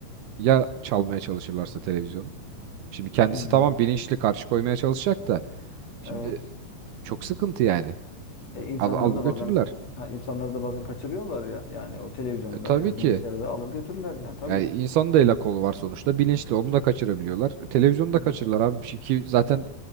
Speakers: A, on the right; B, on the left.
A: ya çalmaya çalışırlarsa televizyonu. Şimdi kendisi
B: Hmm.
A: tamam bilinçli karşı koymaya çalışacak da şimdi
B: Evet.
A: çok sıkıntı yani.
B: E, insanları
A: Al- alır
B: da
A: götürürler.
B: bazen ha, insanları da bazen kaçırıyorlar ya. Yani o televizyonda
A: E, tabii
B: ya da
A: ki.
B: bilgisayarda alır götürürler yani tabii.
A: Yani insanın da el kolu var sonuçta. Bilinçli onu da kaçırabiliyorlar. Televizyonu
B: Hı
A: da
B: hı.
A: kaçırırlar abi. Bir şey ki zaten